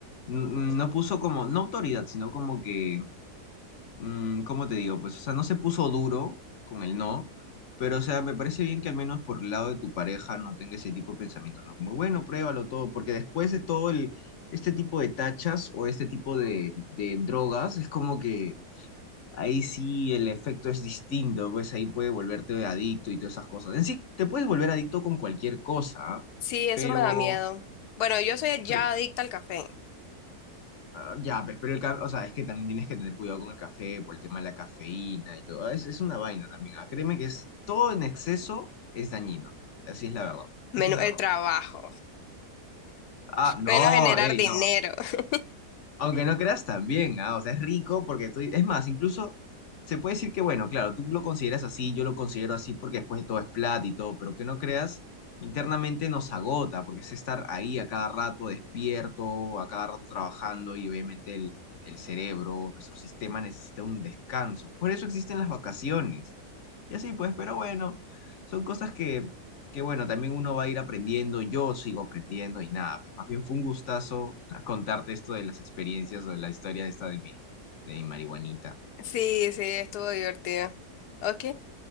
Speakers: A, on the left (about 55°); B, on the left (about 75°).
A: n- no puso como, no autoridad, sino como que, mm, ¿cómo te digo? Pues, o sea, no se puso duro con el no, pero, o sea, me parece bien que al menos por el lado de tu pareja no tenga ese tipo de pensamientos, ¿no? Como, bueno, pruébalo todo, porque después de todo el, este tipo de tachas o este tipo de, de drogas, es como que ahí sí el efecto es distinto, pues ahí puede volverte adicto y todas esas cosas. En sí, te puedes volver adicto con cualquier cosa, ¿ah?
B: Sí, eso
A: pero,
B: me da miedo. Bueno, yo soy ya
A: pero,
B: adicta al café.
A: ah, ya, pues, pero el café, o sea, es que también tienes que tener cuidado con el café por el tema de la cafeína y todo. Es, es una vaina también, ¿ah? Créeme que es, todo en exceso es dañino. Así es la verdad.
B: Menos
A: Esa es la
B: el
A: verdad.
B: trabajo,
A: Ah, no,
B: menos generar
A: ey,
B: dinero.
A: no.
B: <laughs>
A: Aunque no creas también, ah, O sea, es rico porque tú, es más, incluso se puede decir que, bueno, claro, tú lo consideras así, yo lo considero así porque después de todo es plata y todo, pero que no creas, internamente nos agota porque es estar ahí a cada rato despierto, a cada rato trabajando y obviamente el, el cerebro, nuestro sistema necesita un descanso. Por eso existen las vacaciones. Y así pues, pero bueno, son cosas que que bueno, también uno va a ir aprendiendo, yo sigo aprendiendo y nada, pues más bien fue un gustazo <laughs> contarte esto de las experiencias o de la historia esta de mi, de mi marihuanita.
B: Sí, sí, estuvo divertido. Ok,